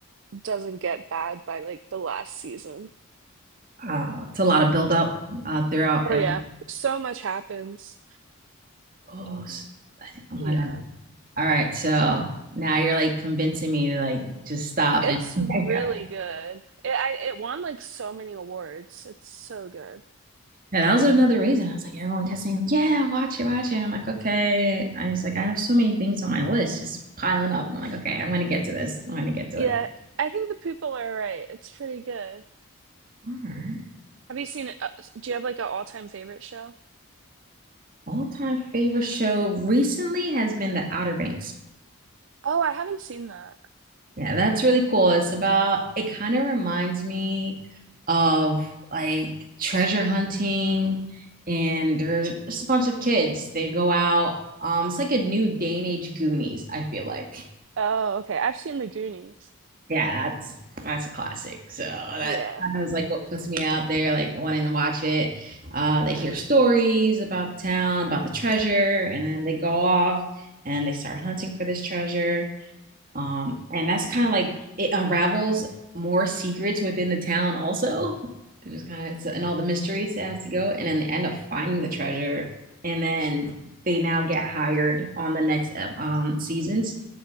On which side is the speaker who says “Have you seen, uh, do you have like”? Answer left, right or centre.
Right